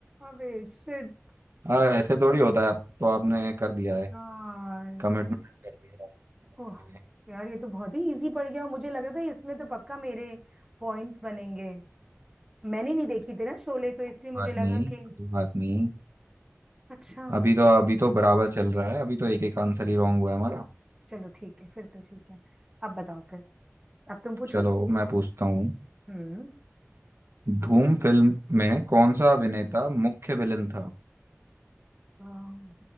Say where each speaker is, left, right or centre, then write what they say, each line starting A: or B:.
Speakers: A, on the right; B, on the right.
A: अबे शिट
B: हाँ ऐसे थोड़ी होता है आप तो आपने कर दिया है
A: यार
B: कमिटमेंट कर दिया है आपने।
A: ओह यार ये तो बहुत ही इजी पड़ गया और मुझे लग रहा था इसमें तो पक्का मेरे पॉइंट्स बनेंगे मैंने नहीं देखी थी ना शोले तो इसलिए
B: कोई
A: मुझे
B: बात
A: लगा
B: नहीं
A: कि
B: कोई बात नहीं
A: अच्छा
B: अभी तो अभी तो बराबर चल रहा है अभी तो एक एक आंसर ही रॉन्ग हुआ है हमारा
A: चलो ठीक है फिर तो ठीक है अब बताओ फिर अब तुम पूछो
B: चलो मैं पूछता हूँ
A: हम्म
B: धूम फिल्म में कौन सा अभिनेता मुख्य विलेन था
A: हाँ,